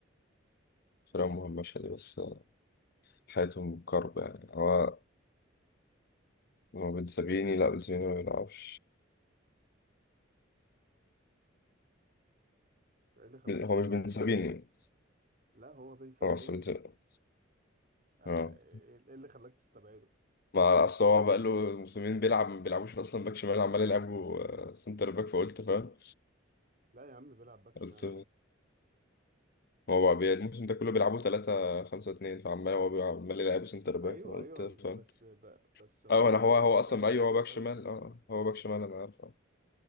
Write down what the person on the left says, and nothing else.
كلام مهم مشهد بس حياتهم كرب يعني هو هو بن سابيني لا بن سابيني ما بيلعبش
بن- هو
مش بن سابيني
هو أصل بن
سابيني
اه
ما اصل
هو بقى له موسمين بيلعب ما بيلعبوش اصلا باك شمال عمال يلعبوا آه، سنتر باك فقلت فاهم
قلت
هو بقى الموسم ده كله بيلعبوا 3 5 2 فعمال هو بيلعب- عمال يلعبوا سنتر باك
فقلت
فاهم
اه انا
هو هو
اصلا ايوه
هو باك شمال اه
هو باك
شمال انا عارف اه